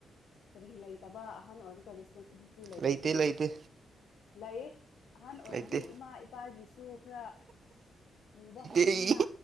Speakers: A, on the left (about 80°); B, on the right (about 50°).
A: ꯀꯔꯤꯒꯤ ꯂꯩꯇꯕꯥ ꯑꯍꯟ ꯑꯣꯏꯔꯒ ꯔꯦ <unintelligible> ꯂꯩꯇ꯭ꯔꯗꯤ꯫
B: ꯂꯩꯇꯦ ꯂꯩꯇꯦ
A: ꯂꯩ꯫ ꯑꯍꯥꯟ ꯑꯣꯏꯔꯗꯤ
B: ꯂꯩꯇꯦ
A: ꯏꯃꯥ ꯏꯄꯥꯒꯤꯁꯨ ꯈꯔ ꯄꯨꯕ ꯍꯧꯒꯅꯤꯅ꯫
B: ꯂꯩꯇꯦ